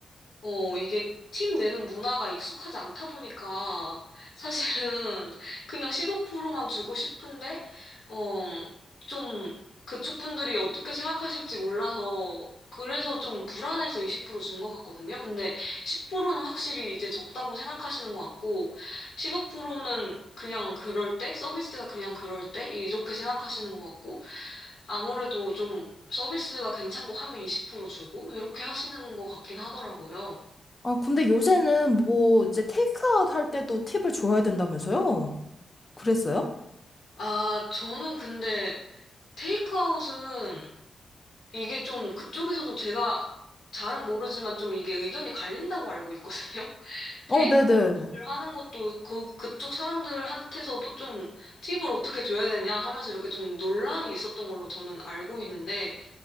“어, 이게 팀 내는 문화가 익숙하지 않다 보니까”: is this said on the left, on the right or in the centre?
Left